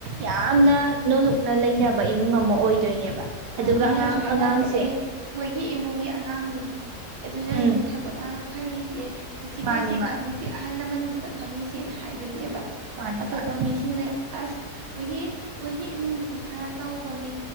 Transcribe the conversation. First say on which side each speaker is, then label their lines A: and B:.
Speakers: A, on the right; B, on the right.
A: ꯌꯥꯝꯅ
B: ꯍꯣꯏ
A: ꯅꯣꯂꯨꯛ ꯅ ꯂꯩꯅꯕ ꯏꯃꯨꯡ ꯑꯃ ꯑꯣꯏꯗꯣꯏꯅꯦꯕ ꯑꯗꯨꯒ
B: ꯑ ꯃꯤꯅꯁꯨ
A: ꯑꯉꯥꯡ
B: ꯍꯥꯏꯅꯗ꯭ꯔꯣ
A: ꯑꯉꯥꯡꯁꯦ
B: ꯑꯦ ꯃꯣꯏꯒꯤ ꯏꯃꯨꯡꯒꯤ ꯑꯉꯥꯡꯅꯤ ꯑꯗꯨꯅꯅꯤꯅꯦ
A: ꯎꯝ
B: ꯊꯕꯛ ꯌꯥꯝꯅ ꯐꯔꯤꯁꯦ ꯊꯛꯁꯤ
A: ꯃꯥꯅꯤ
B: ꯈꯥꯁꯤ
A: ꯃꯥꯅꯤ
B: ꯈꯪꯉꯤꯁꯤ ꯑꯍꯜ ꯂꯃꯟ ꯃ ꯁꯛ ꯈꯪꯉꯁꯦꯅ ꯍꯥꯏꯗꯣꯏꯅꯦꯕ
A: ꯃꯥꯅꯤ
B: ꯑꯇꯣꯞꯄ
A: ꯃꯥꯅꯤ
B: ꯃꯤꯁꯤꯡ ꯂꯩ ꯑꯁ ꯃꯣꯏꯒꯤ ꯃꯣꯏꯒꯤ ꯏꯃꯨꯡꯗꯨꯗꯤ ꯈꯔ ꯇꯧꯕꯅꯤ